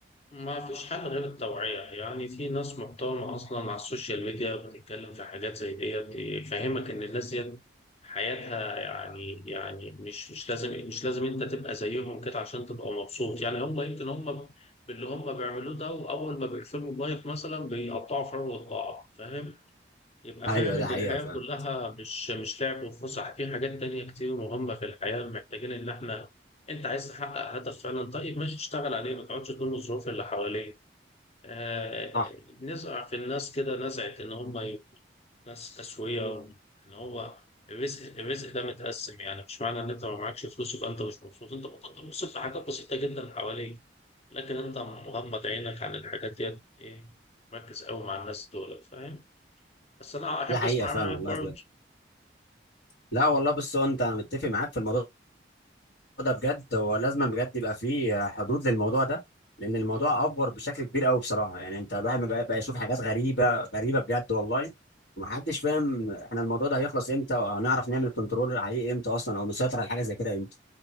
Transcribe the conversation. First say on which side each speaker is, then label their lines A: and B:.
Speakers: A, on the left (about 35°); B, on the left (about 75°).
A: ما فيش حل غير التوعية يعني في ناس محترمة أصلا على السوشيال ميديا بتتكلم في حاجات زي ديت تفهمك إن الناس ديت حياتها يعني يعني مش مش لازم مش لازم أنت تبقى زيهم كده عشان تبقى مبسوط يعني هم يمكن هم ب- باللي هم بيعملوه ده وأول ما بيقفلوا اللايف مثلا بيقطعوا في عروة بعض فاهم يبقى
B: ايوه
A: فاهم
B: ده
A: إن
B: حقيقه
A: الحياة
B: فعلا
A: كلها مش مش لعب وفسح في حاجات تانية كتير مهمة في الحياة محتاجين إن إحنا أنت عايز تحقق هدف فعلا طيب ماشي اشتغل عليه ما تقعدش تلوم الظروف اللي حواليك آه
B: صح
A: نزرع في الناس كده نزعة إن هم يبقوا ناس أسوية وإن هو الرزق الرزق ده متقسم يعني مش معنى إن أنت ما معكش فلوس يبقى أنت مش مبسوط أنت بتنبسط في حاجات بسيطة جدا حواليك لكن أنت مغمض عينك عن الحاجات ديت إيه مركز قوي مع الناس دول فاهم بس أنا أحب
B: دي حقيقه
A: أسمع
B: فعلا
A: رأيك
B: والله
A: برضه
B: بجد لا والله بص هو انت متفق معاك في الموضوع ده بجد هو لازم بجد يبقى فيه حدود للموضوع ده لان الموضوع افور بشكل كبير قوي بصراحه يعني انت الواحد بقى, بقى يشوف حاجات غريبه غريبه بجد والله ومحدش فاهم احنا الموضوع ده هيخلص امتى وهنعرف نعمل كنترول عليه امتى اصلا او نسيطر على حاجه زي كده امتى